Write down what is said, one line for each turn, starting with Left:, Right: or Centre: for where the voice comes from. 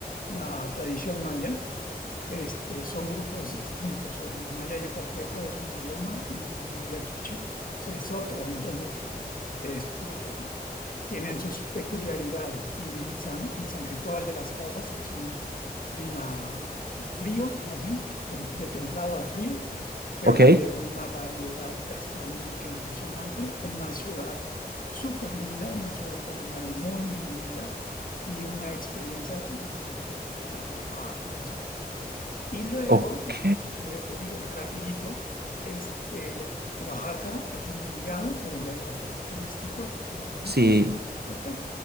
Left: la tradición maya, este, son grupos distintos. El maya yucateco es un idioma y el maya quiché es otro. Entonces, este, tienen sus peculiaridades. Y San, y San Cristóbal de las Casas es un clima frío, más bien, tem- de templado a frío, pero
Right: ok,
Left: también con una variedad gastronómica impresionante. Una ciudad súper linda, una ciudad colonial muy, muy linda y una experiencia distinta a a- a las otras. Y luego,
Right: ok.
Left: si quieres, te digo rapidito, este, Oaxaca es un obligado, pero ya es bastante turístico, efectivamente,
Right: Sí.
Left: en la ciudad de Oaxaca.